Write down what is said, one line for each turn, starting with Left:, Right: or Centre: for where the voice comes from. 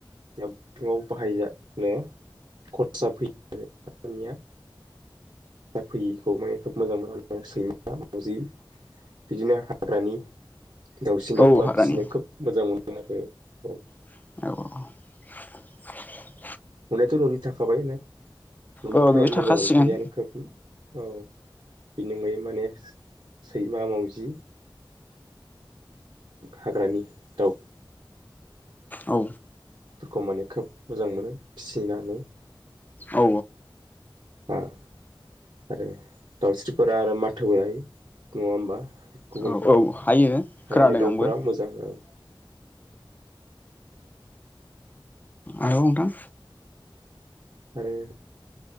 Right: बिथिङाव बाहायजानो खरसा फैयो। <inaudible> जा फैयिखौ माने खोब मोजां मोनो सैमा, मावजि बिदिनो हाग्रानि दाउसिन दाउला
Left: औ हाग्रानि
Right: फिसिनो खोब मोजां मोनो। आरो औ।
Left: औ।
Right: न'नियाथ न'नि थाखाबायानो न'निखौथ
Left: औ बेयो
Right: आरो
Left: थाखासिगोन
Right: मोजां मोनखायोआनो खोबनो औ। बेनि अनगायै माने सैमा, मावजि हाग्रानि दाउ।
Left: औ।
Right: फोरखौ माने खोब मोजां मोनो फि सिनानै।
Left: औ
Right: ओम आरो दाउस्रिफोरा आरो माथोबो हायो। नङा होमबा? गुबुन
Left: औ औ हायो
Right: हाग्रानि
Left: खोनादों
Right: दाउफोरा
Left: आंबो।
Right: मोजां औ
Left: आरो नोंथां।
Right: आरो